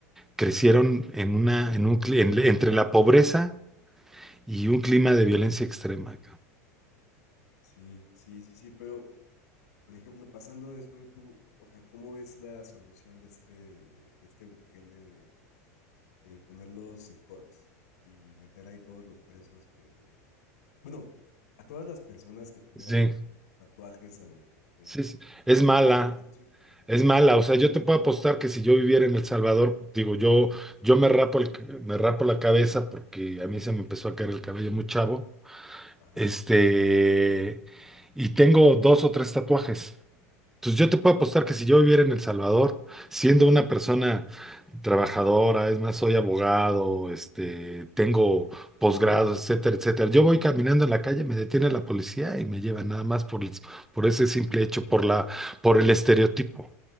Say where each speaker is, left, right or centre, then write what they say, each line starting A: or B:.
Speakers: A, in the centre; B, on the left (about 80°).
A: crecieron en una, en un, cli- en- entre la pobreza y un clima de violencia extrema.
B: sí, sí, sí, sí. Pero, por ejemplo, pasando de eso, güey, tú, o sea, ¿cómo ves la solución de este, de este Bukele de eh, poner los secots y meter ahí todos los presos que, bueno, a todas las personas que tuvieran
A: Sí,
B: como tatuajes de, de-
A: sí, sí. Es
B: como
A: mala,
B: gang tattoo.
A: es mala. O sea, yo te puedo apostar que si yo viviera en El Salvador, digo, yo, yo me rapo el, me rapo la cabeza porque a mí se me empezó a caer el cabello muy chavo.
B: Ajá.
A: Este, y tengo dos o tres tatuajes. Entonces yo te puedo apostar que si yo viviera en El Salvador, siendo una persona trabajadora, es más, soy abogado, este, tengo posgrados, etcétera, etcétera. Yo voy caminando en la calle, me detiene la policía y me lleva nada más por, el- por ese simple hecho, por la, por el estereotipo.